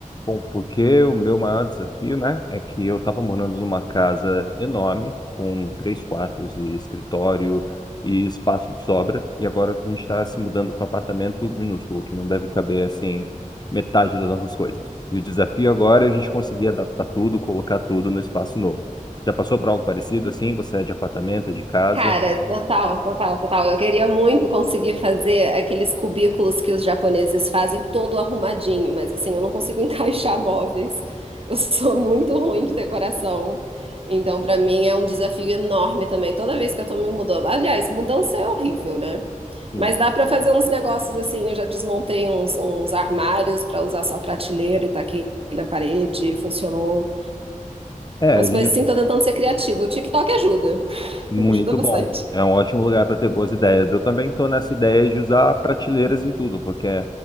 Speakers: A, on the left; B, on the right.
A: Bom, porque o meu maior desafio, né, é que eu estava morando numa casa enorme, com três quartos e escritório e espaço de sobra, e agora a gente está se mudando para um apartamento minúsculo, que não deve caber, assim, metade das nossas coisas. E o desafio agora é a gente conseguir adaptar tudo, colocar tudo no espaço novo. Já passou por algo parecido, assim? Você é de apartamento, é de casa?
B: Cara, total, total, total. Eu queria muito conseguir fazer aqueles cubículos que os japoneses fazem todo arrumadinho, mas assim, eu não consigo <laughs> encaixar móveis. Eu sou muito ruim de decoração. Então, pra mim é um desafio enorme também. Toda vez que eu tô me mudando. Aliás, mudança é horrível, né?
A: Sim.
B: Mas dá pra fazer uns negócios assim. Eu já desmontei uns, uns armários pra usar só prateleira e taquei na parede, funcionou.
A: É,
B: Umas
A: e-
B: coisas assim, tô tentando ser criativa. O TikTok ajuda,
A: muito
B: <laughs> ajuda bastante.
A: bom. É um ótimo lugar para ter boas ideias. Eu também estou nessa ideia de usar prateleiras em tudo, porque